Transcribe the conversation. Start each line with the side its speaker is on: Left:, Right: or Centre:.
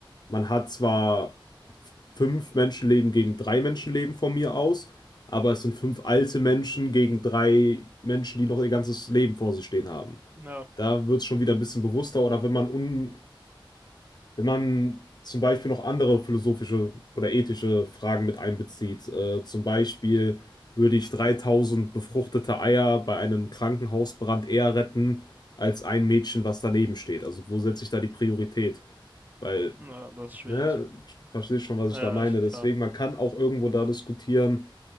Left: man hat zwar fünf Menschenleben gegen drei Menschenleben von mir aus, aber es sind fünf alte Menschen gegen drei Menschen, die noch ihr ganzes Leben vor sich stehen haben.
Right: na,
Left: Da wird es schon wieder ein bisschen bewusster oder wenn man, un, wenn man zum Beispiel noch andere philosophische oder ethische Fragen mit einbezieht, äh, zum Beispiel würde ich 3000 befruchtete Eier bei einem Krankenhausbrand eher retten als ein Mädchen, was daneben steht. Also wo setze ich da die Priorität? Weil
Right: na, das ist schwierig.
Left: Ne, verstehst schon, was
Right: Ja,
Left: ich da meine.
Right: ist
Left: Deswegen,
Right: klar.
Left: man kann auch irgendwo da diskutieren,